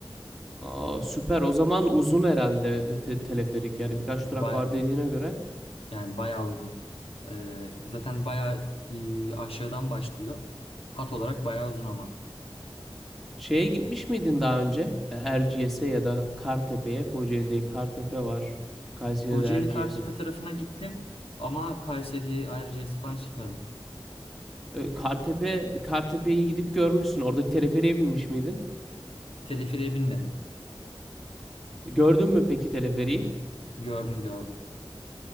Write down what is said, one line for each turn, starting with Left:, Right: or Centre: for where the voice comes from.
Centre: Aa, süper. O zaman uzun herhalde e, te- teleferik. Yani birkaç durak
Left: Ba-
Centre: var dediğine göre.
Left: yani bayağı uzun. Ee, zaten bayağı e, aşağıdan başlıyor. Hat olarak bayağı uzun ama.
Centre: Şeye gitmiş miydin daha önce? E, Erciyes'e ya da Kartepe'ye. Kocaeli'de Kartepe var. Kayseri'de
Left: Kocaeli
Centre: Erciyes.
Left: Kartepe tarafına gittim ama Kayseri'ye, Ayrıca'ya falan hiç gitmedim.
Centre: E, Kartepe, Kartepe'yi gidip görmüşsün. Oradaki teleferiğe binmiş miydin?
Left: Teleferiğe binmedim.
Centre: Gördün mü peki teleferiği?
Left: Gördüm gördüm.